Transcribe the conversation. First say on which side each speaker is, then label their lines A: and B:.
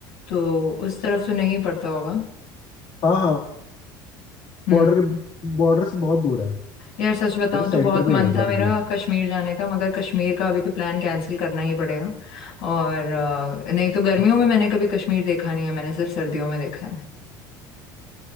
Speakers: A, on the left; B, on the left.
A: तो उस तरफ तो नहीं पड़ता होगा
B: हाँ हाँ
A: हम्म।
B: बॉर्डर के बॉर्डर से बहुत दूर है
A: यार सच बताऊं
B: वो तो सेंटर
A: तो बहुत
B: में
A: मन
B: ही है उत्तराखंड
A: था मेरा
B: के
A: कश्मीर जाने का मगर कश्मीर का अभी तो प्लान कैंसिल करना ही पड़ेगा और अ, नहीं तो गर्मियों
B: हाँ
A: में मैंने कभी कश्मीर देखा नहीं है मैंने सिर्फ सर्दियों में देखा है